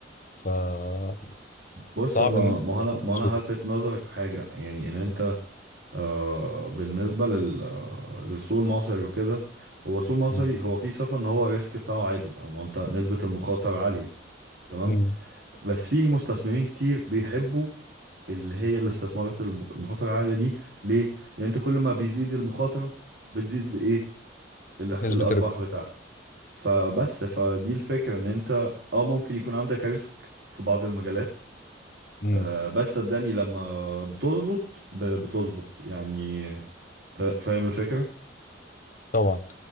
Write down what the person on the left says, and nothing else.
فالصعب
ان انت
تقوم
بسهولة
مم.
مم.
نسبة الربح
مم.
طبعا